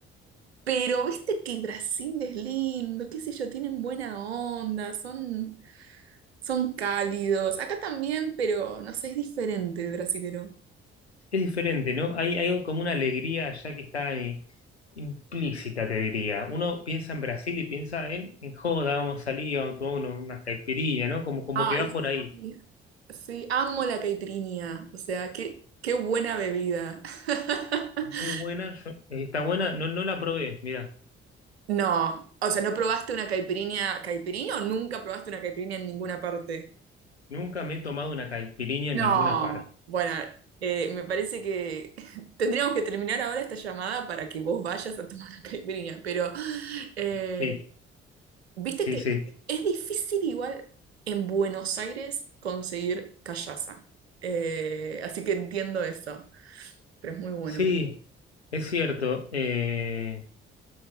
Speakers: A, on the right; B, on the left.
A: pero viste que Brasil es lindo, qué sé yo, tienen buena onda, son, son cálidos. Acá también, pero no sé, es diferente el brasilero.
B: es diferente, ¿no? Hay, hay como una alegría allá que está ahí, implícita, te diría. Uno piensa en Brasil y piensa en, en joda, vamos a salir, vamos a tomar uno- unas caipirinhas, ¿no? Como, como
A: Ay,
B: que va por ahí.
A: sí, sí, amo la caipirinha. O sea, qué, qué buena bebida. <laughs>
B: Muy buena, yo- eh, está buena, no, no la probé, mira.
A: No, o sea, ¿no probaste una caipirinha, caipirinha o nunca probaste una caipirinha en ninguna parte?
B: Nunca me he tomado una caipirinha en
A: No,
B: ninguna parte.
A: bueno, eh, me parece que <laughs> tendríamos que terminar ahora esta llamada para que vos vayas a tomar una caipirinha, pero eh,
B: Sí,
A: viste
B: sí,
A: que
B: sí.
A: es difícil igual en Buenos Aires conseguir callaza, Eh, así que entiendo eso, pero es muy bueno.
B: Sí, es cierto. eh,